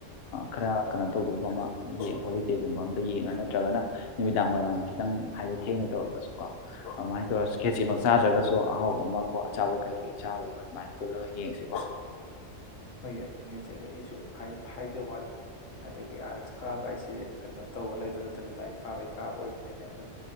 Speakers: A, on the left (about 60°); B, on the left (about 90°).
A: ꯈꯔ ꯀꯩꯅꯣ ꯇꯧꯗꯧꯕ ꯑꯃ ꯍꯣꯂꯤꯗꯦꯒꯨꯝꯕ ꯑꯝꯗ ꯌꯦꯡꯉ ꯅꯠꯇ꯭ꯔꯒꯅ ꯅꯨꯃꯤꯗꯥꯡ ꯋꯥꯏꯔꯝ ꯈꯤꯇꯪ ꯍꯥꯏꯗꯤ ꯊꯦꯡꯅ ꯇꯧꯔꯒꯁꯨꯀꯣ ꯑꯗꯨꯃꯥꯏꯅ ꯇꯧꯔ ꯈꯦꯁꯤꯃꯛ ꯆꯥꯗ꯭ꯔꯒꯁꯨ ꯑꯍꯥꯎꯕ ꯑꯃ ꯀꯣ ꯑꯆꯥꯎꯕ ꯀꯩꯀꯩ ꯆꯥꯔꯨꯔꯕ ꯑꯗꯨꯃꯥꯏꯅ ꯄꯨꯜꯂꯒ ꯌꯦꯡꯁꯤꯀꯣ
B: ꯍꯣꯏ ꯑꯗꯨꯅꯦ ꯍꯥꯏꯁꯦ ꯑꯗꯩ ꯑꯩꯁꯨ ꯍꯥꯏꯖꯕ ꯋꯥꯅꯤ ꯑꯗꯒꯤ ꯑꯥꯗ ꯀꯥꯕ ꯍꯥꯏꯁꯦ ꯀꯩꯅꯣ ꯇꯧꯕꯔ ꯂꯩꯗꯕ ꯅꯠꯇꯕꯅꯤꯅ ꯂꯥꯏꯔꯤꯛ ꯄꯥꯕꯒꯤ ꯀꯥꯕ ꯑꯣꯏꯕꯅꯤꯅ ꯑꯗꯨꯝ